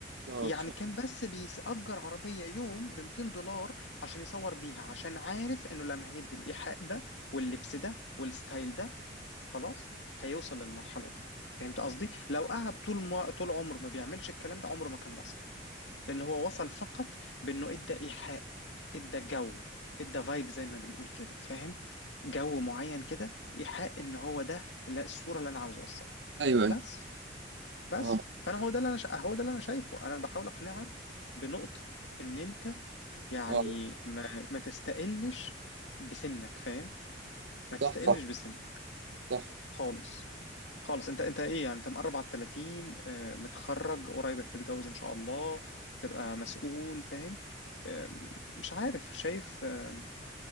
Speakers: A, on the right; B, on the left.
A: آه،
B: يعني كان بس بيأجر عربية يوم ب 200 دولار عشان يصور بيها عشان عارف انه لما هيدي الإيحاء ده واللبس ده والستايل ده خلاص هيوصل للمرحلة دي فهمت قصدي؟ لو قعد طول ما طول عمره ما بيعملش الكلام ده عمره ما كان وصل لأن هو وصل فقط بأنه ادى إيحاء ادى جو ادى فايب زي ما بنقول كده فاهم؟ جو معين كده إيحاء ان هو ده لا الصورة اللي انا عاوز اوصلها
A: ايوه ايوه
B: بس بس
A: اه
B: فانا هو ده اللي انا شا... هو ده اللي انا شايفه انا بحاول اقنعك بنقطة ان انت يعني
A: اه
B: ما ما تستقلش بسنك فاهم ما تستقلش
A: صح صح
B: بسنك
A: صح
B: خالص خالص انت انت ايه يعني انت مقرب على ال 30 آه، متخرج قريب هتتجوز ان شاء الله تبقى مسؤول فاهم آه، مش عارف شايف آه،